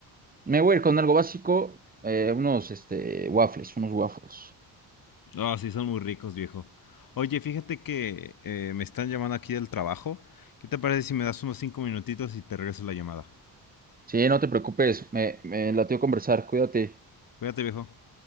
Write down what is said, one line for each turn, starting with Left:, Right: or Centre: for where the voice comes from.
Right: Me voy a ir con algo básico, eh, unos este, waffles, unos waffles.
Left: Ah, sí, son muy ricos, viejo. Oye, fíjate que eh, me están llamando aquí del trabajo. ¿Qué te parece si me das unos cinco minutitos y te regreso la llamada?
Right: Sí, no te preocupes, me, me latió conversar, cuídate.
Left: Cuídate, viejo.